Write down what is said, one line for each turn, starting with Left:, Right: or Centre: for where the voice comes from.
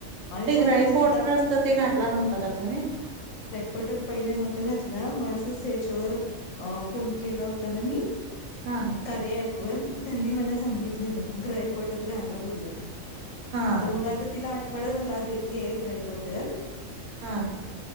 Left: आणि
Right: ते
Left: स्वतःचीच
Right: ग्राईपॉटर
Left: दात
Right: असतं ते घातलं नव्हता का तुम्ही
Left: पटर पहिले नव्हता घातला मग असंच याच्यावर फोन केला होता ना मी
Right: हां,
Left: कार्य अप वर त्यांनी मला सांगितलेलं ग्रय वॉटर घायला बोलल्या
Right: हां,
Left: तर मग आता तिला आठवडा झाला देतय ग्रायपवाटर
Right: हा